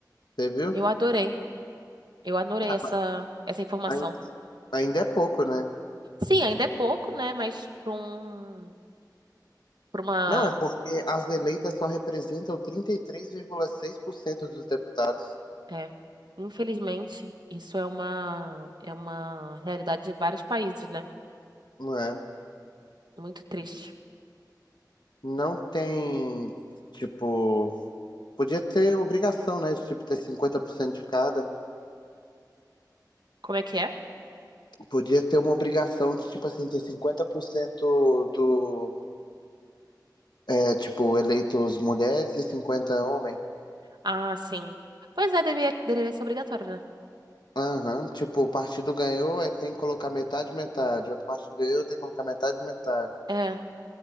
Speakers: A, on the left; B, on the right.
A: Você viu?
B: Eu adorei. Eu adorei
A: Ah,
B: essa, essa informação.
A: ain- Ainda é pouco, né?
B: Sim, ainda é pouco, né? Mas para um Pra uma.
A: Não, é porque as eleitas só representam 33,6% dos deputados.
B: É. Infelizmente, isso é uma, é uma realidade de vários países, né?
A: Não é?
B: Muito triste.
A: não tem, tipo, podia ter obrigação, né, de tipo ter 50% de cada.
B: Como é que é?
A: Podia ter uma obrigação de tipo assim ter 50% do é, tipo eleitos mulheres e 50 homens.
B: Ah, sim. Pois é, deveria, deveria ser obrigatório, né?
A: Aham, Tipo, o partido ganhou, aí ele tem que colocar metade, metade. Outro partido ganhou, tem que colocar metade, metade.
B: É,